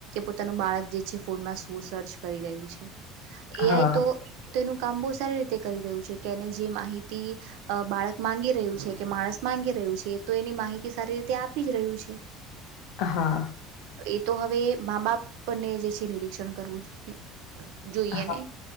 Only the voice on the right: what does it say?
પોતાનું બાળક જે છે ફોનમાં સર્ચ કરી રહ્યું છે એઆઈ
તો કામ બ સારી રીતે કરી રહ્યું છે કેને જે માહિતી બાળક માંગી રહ્યું છે કે માણસ માંગી રહ્યું છે તો એની માહિતી સારી રીતે આપી જ રહ્યું છે.
એ તો હવે મા બાપ ને જે છે નિરીક્ષણ કરવું જોઈએ
ને